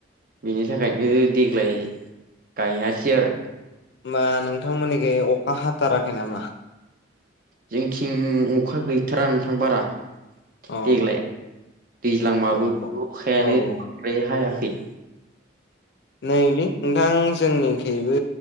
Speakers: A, on the right; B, on the left.
A: बिनि थाखायनो देग्लाय गायासै आरो
B: होमबा नोंथांमोननिखै अखा हाथाराखै नामा?
A: जोंथिं अखा गैथारा नोंथां बारा।
B: अ
A: देग्लाय दैज्लांबाबो
B: औ
A: अखायानो
B: औ
A: बांद्राय हायाखै
B: नैलै नोंथां जोंनिखैबो